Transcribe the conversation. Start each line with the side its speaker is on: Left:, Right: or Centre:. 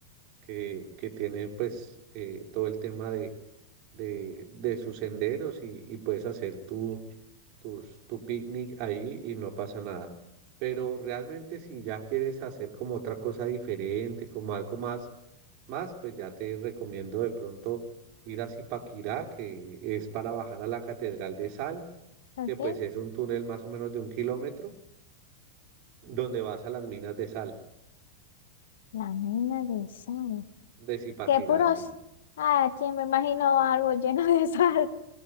Right: que, que tiene pues eh, todo el tema de, de, de sus senderos y, y puedes hacer tu, tus, tu picnic ahí y no pasa nada. Pero realmente si ya quieres hacer como otra cosa diferente, como algo más, más, pues ya te recomiendo de pronto ir a Zipaquirá, que es para bajar a la Catedral de Sal,
Left: Ok.
Right: que pues es un túnel más o menos de un kilómetro, donde vas a las minas de sal
Left: La mina de sal.
Right: de Zipaquirá,
Left: Qué puros.
Right: sí.
Left: Ah, tío, me imagino algo lleno de <laughs> sal.